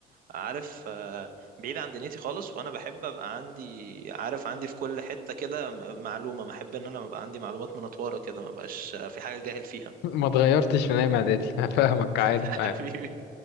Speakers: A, on the right; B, on the left.
A: عارف آه، بعيد عن دنيتي خالص وانا بحب ابقى عندي عارف عندي في كل حتة كده م- معلومة ما احب ان انا ابقى عندي معلومات منطورة كده ما بقاش آه، في حاجة جاهل فيها
B: ما اتغيرتش من ايام اعدادي انا <laughs> فاهمك
A: <laughs>
B: عارف
A: حبيبي
B: عارف